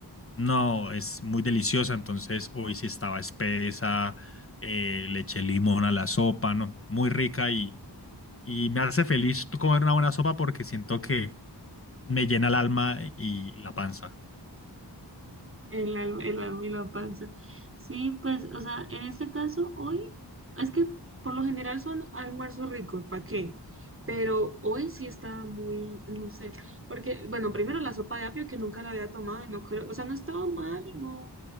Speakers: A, on the left; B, on the right.
A: no es muy deliciosa. Entonces hoy sí estaba espesa, eh, le eché limón a la sopa, ¿no? Muy rica y, y me hace feliz comer una buena sopa porque siento que me llena el alma y la panza.
B: El alma, el alma y la panza. Sí, pues, o sea, en este caso, hoy, es que por lo general son almuerzos ricos, ¿para qué? Pero hoy sí estaba muy, no sé, porque, bueno, primero la sopa de apio que nunca la había tomado y no creo, o sea, no estaba mal, no,